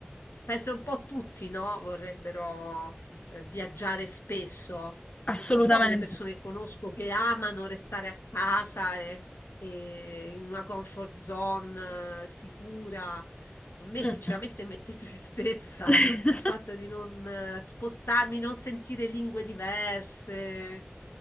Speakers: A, on the left (about 75°); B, on the left (about 30°).
A: penso un po' tutti, no? Vorrebbero eh, viaggiare spesso.
B: assolutamente.
A: Eh, Sono poche le persone che conosco che amano restare a casa e, e in una comfort zone eh, sicura. A me
B: Mm,
A: sinceramente
B: mm.
A: mette <laughs> tristezza
B: <laughs>
A: il fatto di non eh, spostarmi, non sentire lingue diverse.